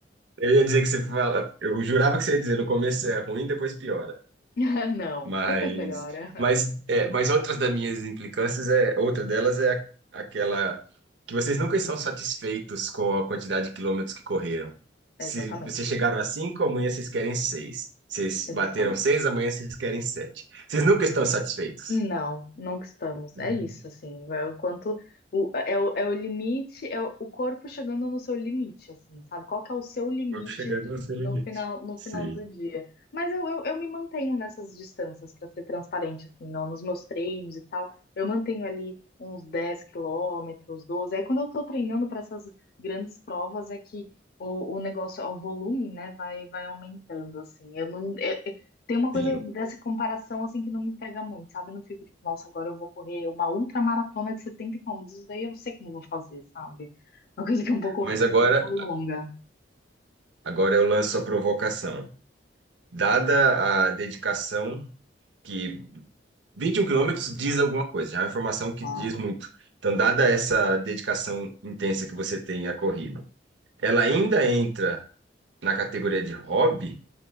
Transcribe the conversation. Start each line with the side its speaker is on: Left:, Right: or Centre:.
Right: Eu ia dizer que você fala, eu jurava que você ia dizer, no começo é ruim, depois piora.
Left: <laughs> Não,
Right: Mas,
Left: depois melhora.
Right: mas, é, mas outras das minhas implicâncias é, outra delas é aquela que vocês nunca estão satisfeitos com a quantidade de quilômetros que correram. Se
Left: Exatamente.
Right: vocês chegaram a cinco, amanhã vocês querem seis. Vocês
Left: Exatamente.
Right: bateram seis, amanhã vocês querem sete. Vocês nunca estão satisfeitos.
Left: Não, nunca estamos.
Right: Uhum.
Left: É isso, assim, é o quanto o, é, o, é o limite, é o corpo chegando no seu limite, assim, sabe? Qual que é o seu limite
Right: Vamos chegando no seu limite.
Left: no final, no
Right: Sim.
Left: final do dia? Mas eu, eu, eu me mantenho nessas distâncias, para ser transparente, assim, não, nos meus treinos e tal, eu mantenho ali uns 10 quilômetros, 12. Aí quando eu tô treinando para essas grandes provas é que o, o negócio, o volume, né, vai, vai aumentando, assim. Eu não, tem uma coisa
Right: Sim.
Left: dessa comparação assim que não me pega muito, sabe? Eu não fico tipo, nossa, agora eu vou correr uma ultramaratona de 70 quilômetros. Isso daí eu sei que não vou fazer, sabe? É Uma <laughs> coisa que é um pouco,
Right: Mas agora,
Left: um pouco longa.
Right: agora eu lanço a provocação. Dada a dedicação que 21 quilômetros diz alguma coisa, já é uma informação que
Left: Claro.
Right: diz muito. Então, dada essa dedicação intensa que você tem à corrida, ela ainda entra na categoria de hobby